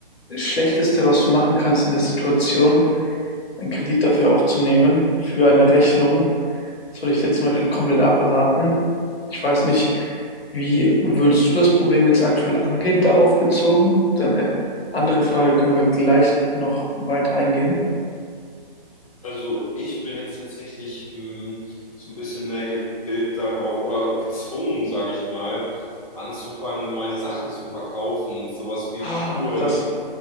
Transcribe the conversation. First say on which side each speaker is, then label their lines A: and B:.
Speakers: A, on the left; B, on the left.
A: Schlechteste, was du machen kannst in der Situation, einen Kredit dafür aufzunehmen, für eine Rechnung. Das würde ich jetzt zum Beispiel komplett abraten. Ich weiß nicht, wie würdest du das Problem jetzt aktuell angehen, darauf bezogen? Deine andere Frage können wir gleich noch weiter eingehen.
B: Also ich bin jetzt tatsächlich hm, so ein bisschen mehr gebildet darauf oder gezwungen, sage ich mal, anzufangen, meine Sachen zu verkaufen. Sowas wie
A: Ah,
B: Schuhe.
A: krass.